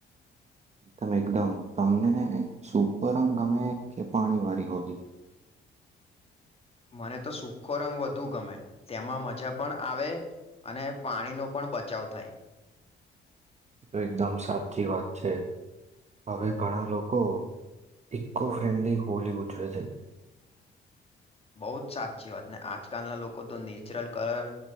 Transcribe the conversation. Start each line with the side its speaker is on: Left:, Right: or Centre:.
Right: એકદમ એકદમ તમને સૂકો રંગ ગમે કે પાણી વાળી હોળી
Left: મને તો સુૂખો રંગ વધુ ગમે તેમાં મજા પણ આવે અને પાણીનો પણ બચાવ થાય
Right: એકદમ સાથીી વાત છે હવે ઘણા લોકો ઇકો ફ્રેન્ડલી હોલી ઉજવે છે
Left: બહુ જ સાચી વાત ને આજકાલના લોકો તો નેચરલ કલર